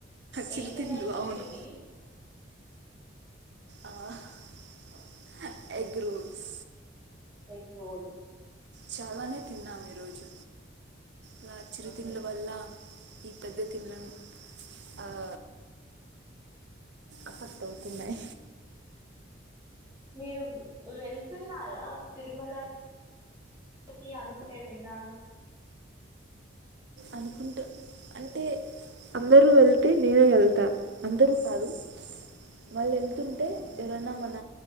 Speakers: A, on the right (about 60°); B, on the right (about 20°).
A: చిరుతిండ్లు
B: ఎం తిన్నారు చిరుతిండికి
A: అవును అహ్ అ ఎగ్ రోల్స్
B: ఎగ్ రోల్
A: చాలానే తిన్నాము ఈరోజు ఇలా చిరుతిండ్లు
B: మ్హూ.
A: వల్ల ఈ పెద్ద తిన్లెమ్ ఆ <inaudible> అఫెక్టవుతున్నయి
B: మీరు వెళ్తున్నారా తిరుమల కి అనుకుంటే విన్నాను
A: అనుకుంటె అంటే అందరూ వెళ్తే నేను ఏళ్తా అందరూ కాదు వాళ్ళు ఏళ్తుంటే
B: మ్.
A: ఎవరన్నా మన